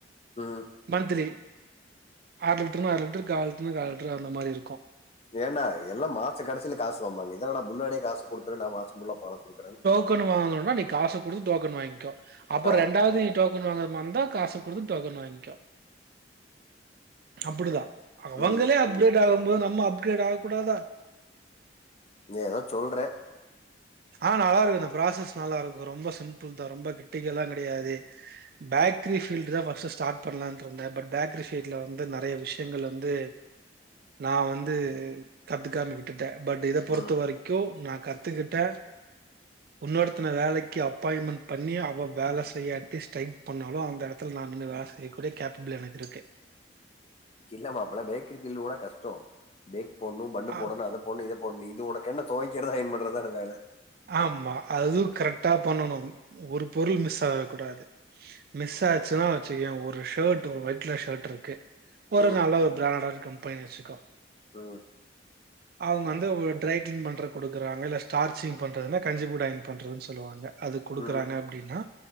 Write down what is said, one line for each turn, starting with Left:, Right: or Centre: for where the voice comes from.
Left: ம்
Right: மந்த்லி ஆறு லிட்டருனா ஆறு லிட்டரு கால் லிட்டர்னா‌ கால் லிட்டர் அந்த மாரி இருக்கு
Left: ஏன்டா எல்லா மாசக் கடைசியில காசு வாங்பாங்க இத என்னடா முன்னாடியே காசு குடுத்துறு நா மாசோ ஃபுல்லா பலாக் குடுக்குறேன்னு
Right: டோக்கனு வாங்கணும்னா நீ காச குடுத்து டோக்கனு வாங்கோ அப்போ
Left: ஆ,
Right: நீ ரெண்டாவது டோக்கன் டோகன் வாங்கறமாரிந்தா காச குடுத்து டோகன் வாங்கோ அப்படிதா அவங்களே
Left: ம்
Right: அப்கிரேட் ஆகும்போது நம்ம அப்கிரேட் ஆக கூடாதா
Left: நீ ஏதோ சொல்ற
Right: ஆ நல்லா இருக்கு அந்த ப்ராசஸ் நல்லா இருக்கு ரொம்ப சிம்பிள் தா ரொம்ப கிரிட்டிக்கல்லா கெடையாது பேக்ரி ஃபீல்ட்டு தா ஃபர்ஸ்ட்டு ஸ்டார்ட் பண்ணலான்னுட்டு இருந்தே பட் பேக்கரி ஃபீல்ட்டுல வந்து நறைய விஷயங்கள் வந்து நா வந்து கத்துக்காம விட்டுட்டே பட் இத பொறுத்த
Left: ம்
Right: வரைக்கு நா கத்துக்கிட் ட உன்னொருத்தன வேலைக்கு அப்பாயிண்ட்மெண்ட் பண்ணி அவ வேல செய்யாட்டி ஸ்டைக் பண்ணாலு அந்த எடத்துல நா நின்னு வேல செய்யக்கூடிய கேப்பபிள் எனக்கிருக்கு
Left: இல்ல மாப்பல பேக்கரி பில் ஒட கஷ்டோ பேக் போட்ணோ பண்ண
Right: அ
Left: போட்ணோ அத போட்ணோ இத போட்ணோ இது உனக்கு என்ன துவைக்கறத அயன் பண்றதானே வேல
Right: ஆமா அதுவு கரெக்டா பண்ணணு ஒரு பொருள் மிஸ் ஆக கூடாது மிஸ் ஆயிச்சுன்னா வெச்சுக்கயே ஒரு ஷர்ட் ஒரு ஒயிட் கலர் ஷர்ட் இருக்கு ஒரு
Left: ம்
Right: நல்ல ஒரு பிராண்டட் கம்பெனின் வெச்சிக்கோ
Left: ம்
Right: அவுங்க வந்து ஒரு ட்ரை கிளீனிங் பண்ற குடுக்குறாங்க இல்ல ஸ்டார்ச்சிங் பண்றதுனா கஞ்சிபோட்டு அயன் பண்றதுன்னு சொல்லுவாங்க அது குடுக்குறாங்க
Left: ம்
Right: அப்டின்னா